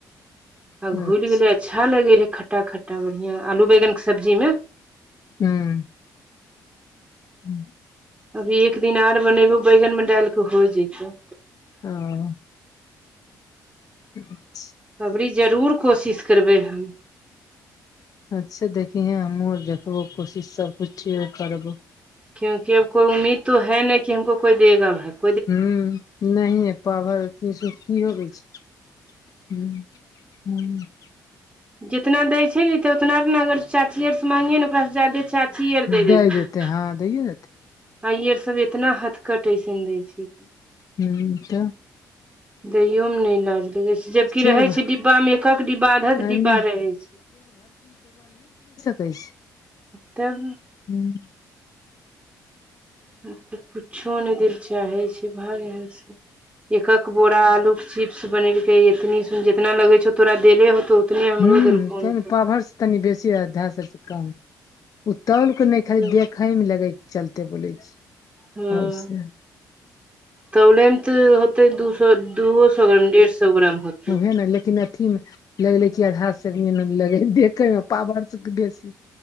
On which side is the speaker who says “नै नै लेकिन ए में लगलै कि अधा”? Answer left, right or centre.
Left